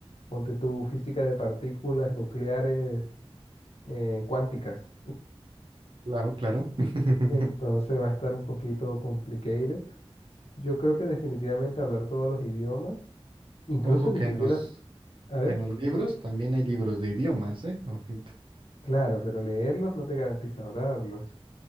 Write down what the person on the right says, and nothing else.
Claro, claro. <laughs>
Ojo
que
en los,
que en los libros también hay libros de idiomas, ¿eh? Ojito.